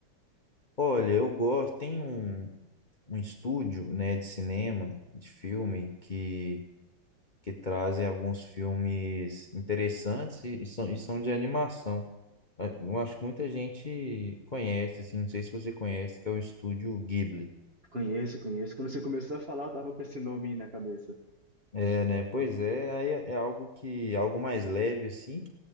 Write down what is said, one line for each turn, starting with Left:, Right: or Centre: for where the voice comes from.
Left: Olha, eu gosto, tem um, um estúdio, né, de cinema, de filme, que, que trazem alguns filmes interessantes e, e são, e são de animação. Ah, Eu acho que muita gente conhece, assim, não sei se você conhece, que é o estúdio Ghibli.
Right: Conheço, conheço. Quando você começou a falar, eu tava com esse nome aí na cabeça.
Left: É, né? Pois é, aí é é algo que, algo mais leve, assim,